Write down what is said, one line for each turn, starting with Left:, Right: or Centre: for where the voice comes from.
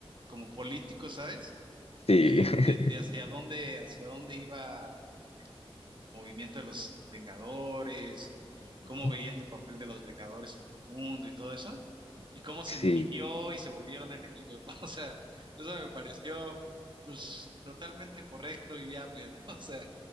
Right: como políticos, ¿sabes?
Left: Sí,
Right: eh,
Left: <laughs>
Right: de, de hacia dónde, hacia dónde iba el movimiento de los Vengadores y cómo
Left: Ujú.
Right: veían el papel de los Vengadores en el mundo y todo eso, y cómo se
Left: sí.
Right: dividió y se volvieron enemigos, ¿no? <laughs> O sea, eso me pareció pues totalmente correcto y viable, ¿no? <laughs> O sea,